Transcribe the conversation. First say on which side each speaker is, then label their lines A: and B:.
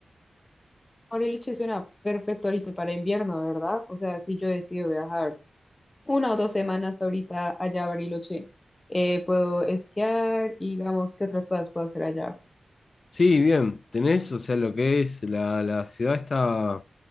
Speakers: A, on the left; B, on the left.
A: Bariloche suena perfecto ahorita para invierno, ¿verdad? O sea, si yo decido viajar una o dos semanas ahorita allá a Bariloche, eh, puedo esquiar y digamos, ¿qué otras cosas puedo hacer allá?
B: Sí, bien, tenés, o sea, lo que es la, la ciudad está a